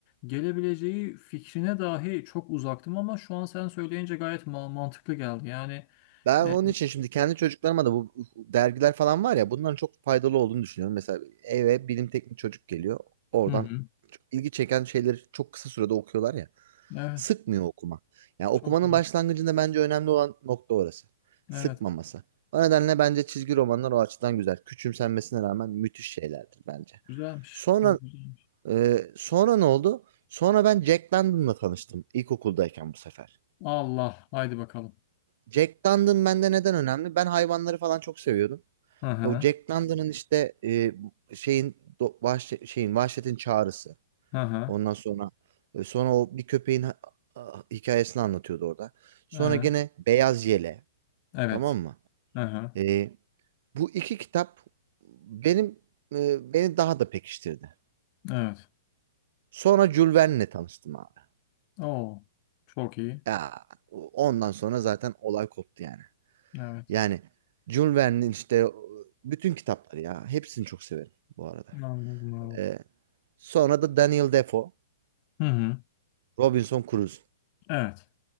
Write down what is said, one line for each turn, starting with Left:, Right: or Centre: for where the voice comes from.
Left: gelebileceği fikrine dahi çok uzaktım ama şu an sen söyleyince gayet ma- mantıklı geldi. Yani
Right: Ben
Left: e,
Right: onun için şimdi kendi çocuklarıma da bu dergiler falan var ya bunların çok faydalı olduğunu düşünüyorum. Mesela eve bilim teknik çocuk geliyor. Oradan
Left: hı hı.
Right: çok ilgi çeken şeyleri çok kısa sürede okuyorlar ya.
Left: Evet.
Right: Sıkmıyor okuma. Yani okumanın
Left: Çok güzel.
Right: başlangıcında bence önemli olan nokta orası. Sıkmaması.
Left: Evet.
Right: O nedenle bence çizgi romanlar o açıdan güzel. Küçümsenmesine rağmen müthiş şeylerdir bence.
Left: Güzelmiş.
Right: Sonra
Left: Güzelmiş.
Right: e, sonra ne oldu? Sonra ben Jack London'la tanıştım ilkokuldayken bu sefer.
Left: Allah. Haydi bakalım.
Right: Jack London bende neden önemli? Ben hayvanları falan çok seviyordum.
Left: Hı hı.
Right: O Jack London'ın işte e, şeyin do- vahşe- şeyin vahşetin çağrısı.
Left: Hı hı.
Right: Ondan sonra e, sonra o bir köpeğin ha- a- hikayesini anlatıyordu orada. Sonra
Left: Ee,
Right: gene Beyaz Yele.
Left: Evet.
Right: Tamam mı?
Left: Hı hı.
Right: E, bu iki kitap benim e, beni daha da pekiştirdi.
Left: Evet.
Right: Sonra Jules Verne'le tanıştım abi.
Left: Oo. Çok iyi.
Right: Ya ondan sonra zaten olay koptu yani.
Left: Evet.
Right: Yani Jules Verne'in işte bütün kitapları ya hepsini çok severim bu arada.
Left: Anladım abi.
Right: E, sonra da Daniel Defoe,
Left: Hı hı.
Right: Robinson Crusoe.
Left: Evet.